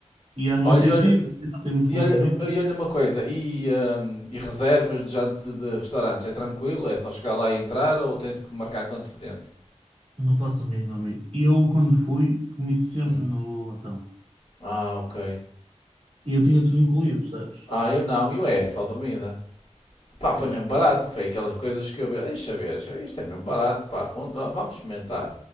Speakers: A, on the right; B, on the left.
A: E à noite
B: Olha, e
A: é
B: olha,
A: giro, tem muito
B: e
A: movimento.
B: olha, e olha uma coisa, e, hum, e reservas de, jan- de, de restaurantes, é tranquilo? É só chegar lá e entrar ou tens que marcar com antecedência?
A: Não faço mesmo, amigo. E eu, quando fui, comi sempre
B: Hum.
A: no hotel.
B: Ah, ok.
A: E eu tinha tudo incluído, percebes?
B: Ah, eu não, eu é, só dormida. Pá, foi
A: Pois,
B: mesmo barato, foi aquelas coisas que eu vi, deixa ver, isto é mesmo barato, pá, vamos vamos experimentar.